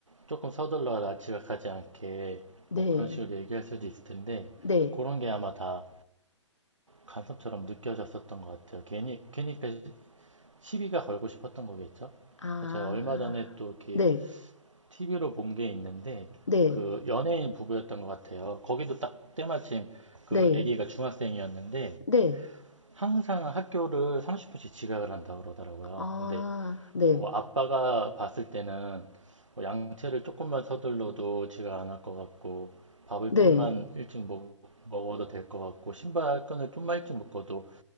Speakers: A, on the right; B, on the left.
A: 조금 서둘러 지각하지 않게
B: 네,
A: 뭐 그런 식으로 얘기할 수도 있을 텐데
B: 네,
A: 그런 게 아마 다 간섭처럼 느껴졌었던 것 같아요. 괜히 괜히 그 시비가 걸고 싶었던 거겠죠?
B: 아,
A: 그 제가 얼마 전에 또 이렇게
B: 네,
A: TV로 본 게 있는데
B: 네,
A: 그 연예인 부부였던 것 같아요. 거기도 딱 때마침 그
B: 네,
A: 아기가 중학생이었는데
B: 네,
A: 항상 학교를 30분씩 지각을 한다 그러더라고요.
B: 아,
A: 근데
B: 네.
A: 그 아빠가 봤을 때는 뭐 양채를 조금만 서둘러도 지가 안 할 것 같고 밥을
B: 네.
A: 좀만 일찍 먹, 먹어도 될 것 같고 신발끈을 좀만 일찍 묶어도